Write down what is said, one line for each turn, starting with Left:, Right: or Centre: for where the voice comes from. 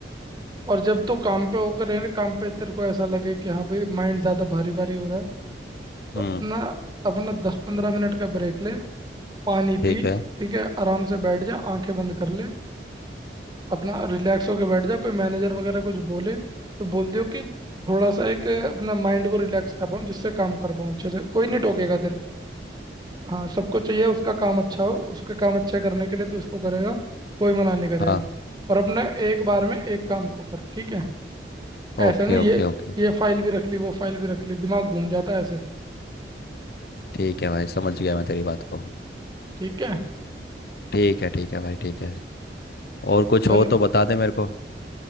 Right: और जब तू काम पे होकर काम पे तेरे को ऐसा लगे कि हाँ भाई माइंड ज्यादा भारी भारी हो रहा है तो
Left: हम्म
Right: अपना अपना दस पंद्रह मिनट का ब्रेक ले पानी
Left: ठीक
Right: पी
Left: है
Right: ठीक है आराम से बैठ जा आंखें बंद कर ले अपना रिलैक्स होके बैठ जा कोई मैनेजर वगैरह कुछ बोले तो बोल दियो कि थोड़ा सा एक अ, अपना माइंड को रिलैक्स कर रहा हूँ जिससे काम कर पाऊँ अच्छे से कोई नहीं टोकेगा तेरे को हाँ सबको चाहिए उसका काम अच्छा हो उसके काम अच्छा करने के लिए तो इसको करेगा कोई मना नहीं करेगा
Left: हाँ
Right: और अपना एक बार में एक काम को कर ठीक है ऐसा
Left: Okay
Right: नहीं
Left: okay
Right: ये
Left: okay
Right: ये फाइल भी रख ली वो फाइल भी रख ली दिमाग घूम जाता है ऐसे
Left: ठीक है भाई समझ गया मैं तेरी बात को
Right: ठीक है
Left: ठीक है ठीक है भाई ठीक है और कुछ
Right: चल
Left: हो तो बता दे मेरे को